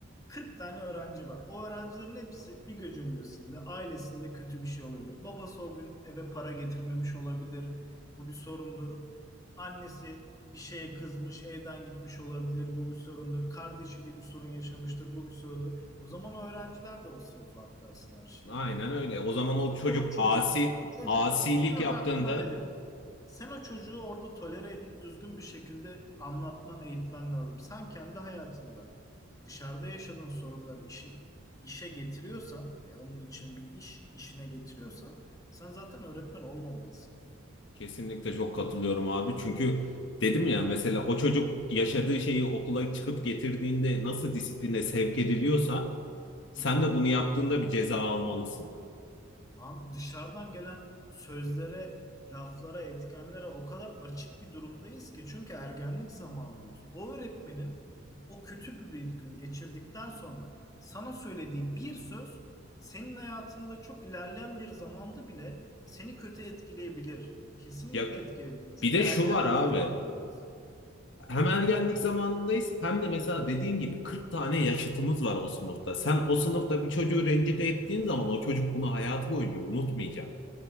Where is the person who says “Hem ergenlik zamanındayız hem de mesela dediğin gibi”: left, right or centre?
Left